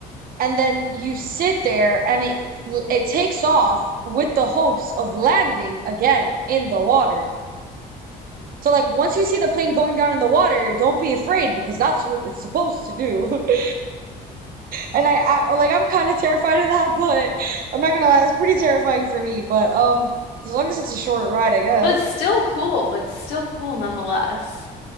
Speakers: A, on the right; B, on the left.
A: And then you sit there and it it takes off with the hopes of landing again in the water. So like once you see the plane going down in the water, don't be afraid because that's what it's supposed to do. <laughs> And I, I like I'm kind of terrified of that, <laughs> but I'm not gonna lie, it's pretty terrifying for me. But um, as long as it's a short ride, I guess.
B: But still cool, but still cool nonetheless.